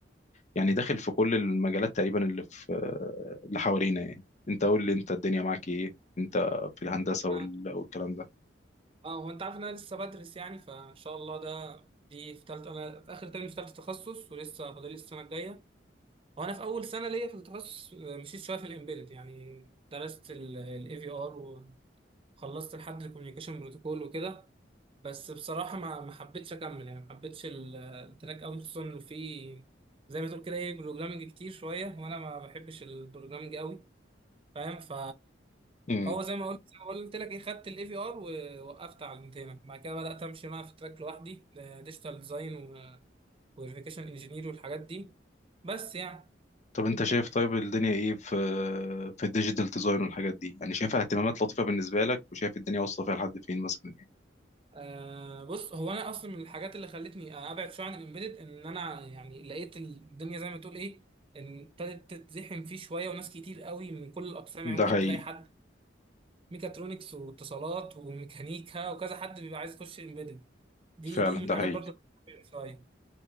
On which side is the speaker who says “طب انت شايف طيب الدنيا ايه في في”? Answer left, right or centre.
Left